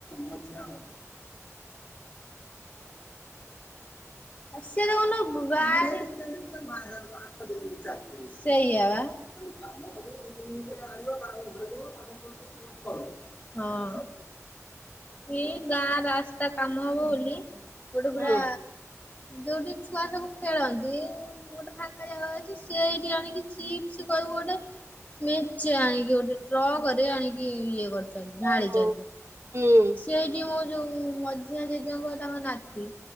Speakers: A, on the left; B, on the right.
A: ମଝିଆ ମା? ଆ ସେ ଦେଖୁନ ବା <unintelligible> ସେଇଆବା। କାମ କଲେ ଦି ତିନରେ ଆଣିବ କାମ ଘରେବ କାମ କର। ହଁ। ଏଇ ଗାଁ ରାସ୍ତା କାମ ହବ ବୋଲି କୋଉଠି ପୁରା
B: ହୁଁ ହୁଁ
A: ଯୋଉଠି ଛୁଆ ସବୁ ଖେଳନ୍ତି। ଗୋଟେ ଫାଙ୍କା ଜାଗା ଅଛି। ସେଇଠି ଆଣିକି ଚିପ୍ସ କହିବୁ ଗୋଟେ ମେଞ୍ଚେ ଆଣିକି ଗୋଟେ ଟ୍ରକରେ ଆଣିକି ଇଏ କରି ଚନ୍ତି ଢାଳିଛନ୍ତି
B: ଓହୋ ହୁଁ
A: ସେଇଠି ମୁଁ ଯୋଉ ମଝିଆଁ ଜେଜେଙ୍କ ତାଙ୍କ ନାତି